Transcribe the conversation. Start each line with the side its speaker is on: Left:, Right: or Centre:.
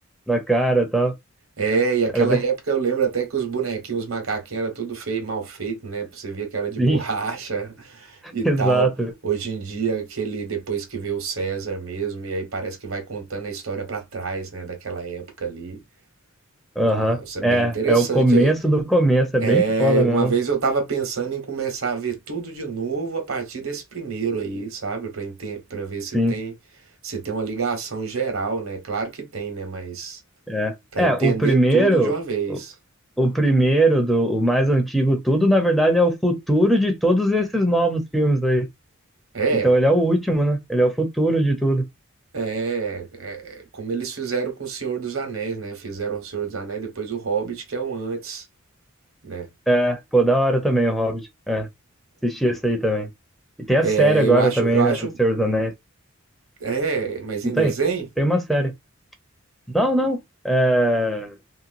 Centre: na cara e tal.
Right: É, e aquela
Centre: Era bem
Right: época eu lembro até que os bonequinhos, os macaquinhos era tudo feio, mal feito, né? Você via que era de
Centre: assim,
Right: borracha <laughs>
Centre: <laughs>
Right: e tal.
Centre: exato.
Right: Hoje em dia, aquele depois que vê o César mesmo, e aí parece que vai contando a história pra trás, né, daquela época ali.
Centre: Aham.
Right: Nossa, bem
Centre: É,
Right: interessante.
Centre: é o começo do começo, é
Right: É,
Centre: bem foda mesmo.
Right: uma vez eu tava pensando em começar a ver tudo de novo a partir desse primeiro aí, sabe? Pra enten- pra ver se
Centre: Sim,
Right: tem se tem uma ligação geral, né? Claro que tem, né? Mas
Centre: é.
Right: pra
Centre: É,
Right: entender
Centre: o primeiro.
Right: tudo de uma vez.
Centre: O primeiro, do, o mais antigo, tudo, na verdade, é o futuro de todos esses novos filmes aí.
Right: É,
Centre: Então ele é o último, né? Ele é o futuro de tudo.
Right: é, é, como eles fizeram com o Senhor dos Anéis, né? Fizeram o Senhor dos Anéis, depois o Hobbit, que é o antes, né?
Centre: É, pô, da hora também o Hobbit. É, assisti esse aí também. E tem a
Right: É,
Centre: série agora
Right: eu acho,
Centre: também,
Right: eu acho,
Centre: né? Do Senhor dos Anéis.
Right: é, mas
Centre: Não
Right: em
Centre: tem?
Right: desenho,
Centre: Tem uma série. Não, não. É,